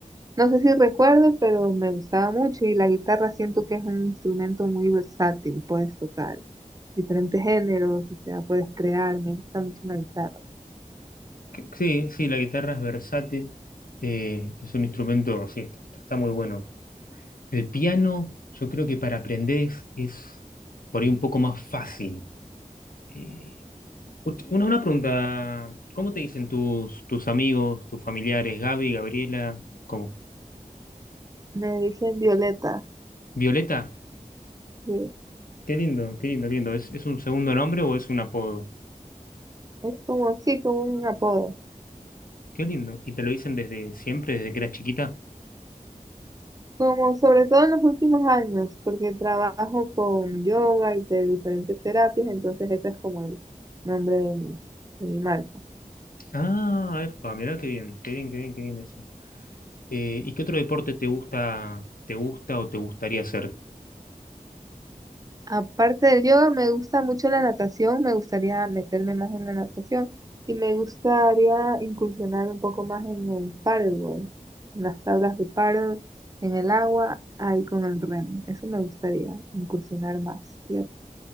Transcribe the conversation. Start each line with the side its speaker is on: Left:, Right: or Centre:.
Right: no sé si recuerdo, pero me gustaba mucho y la guitarra siento que es un instrumento muy versátil, puedes tocar diferentes géneros, o sea, puedes crear, me gusta mucho la guitarra.
Left: Que- Sí, sí, la guitarra es versátil, eh, es un instrumento, sí, está, está muy bueno. El piano, yo creo que para aprender es, es por ahí un poco más fácil. eh, Escuch- Una, una pregunta, ¿cómo te dicen tus, tus amigos, tus familiares, Gaby, Gabriela? ¿Cómo?
Right: Me dicen Violeta,
Left: ¿Violeta?
Right: que
Left: Qué lindo, qué lindo, qué lindo. ¿Es, es un segundo nombre o es un apodo?
Right: es como así, como un apodo.
Left: Qué lindo. ¿Y te lo dicen desde siempre, desde que eras chiquita?
Right: Como sobre todo en los últimos años, porque trabajo con yoga y de diferentes terapias, entonces ese es como el nombre de mi, de mi marca.
Left: Ah, epa, mirá qué bien, qué bien, qué bien, qué bien eso. Eh, ¿y qué otro deporte te gusta, te gusta o te gustaría hacer?
Right: Aparte del yoga, me gusta mucho la natación, me gustaría meterme más en la natación y me gustaría incursionar un poco más en el paddleboard, en las tablas de paddle, en el agua, ahí con el remo. Eso me gustaría incursionar más. ¿Y a-